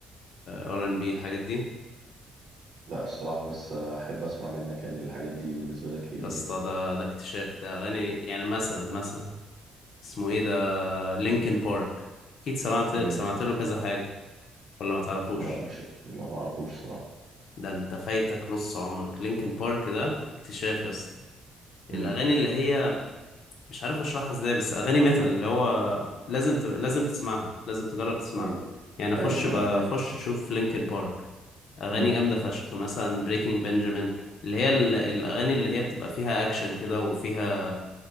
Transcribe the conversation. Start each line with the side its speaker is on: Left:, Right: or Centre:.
Left: ار ان بي الحاجات دي
Right: لا الصراحة بس أحب أسمع منك يعني الحاجات دي بالنسبة لك إيه
Left: يا اسطى
Right: يعني
Left: ده ده اكتشاف ده اغاني يعني مثلا مثلا اسمه ايه ده لينكن بارك اكيد سمعت
Right: امم
Left: سمعت له كذا حاجه ولا ما تعرفوش
Right: لا مش لا معرفوش صراحة
Left: ده انت فايتك نص عمرك لينكن بارك ده اكتشاف يا اسطى
Right: امم
Left: الاغاني اللي هي مش عارف اشرحها ازاي بس اغاني ميتال اللي هو لازم تبقى لازم تسمعها لازم تجرب تسمعها
Right: أيوه
Left: يعني اخش
Right: أيوه
Left: بخش
Right: أنا فاهم
Left: اشوف لينكن بارك اغاني
Right: امم
Left: جامده فشخ مثلا بريكنج بنجامين اللي هي ال- الاغاني اللي هي بتبقى فيها اكشن كده وفيها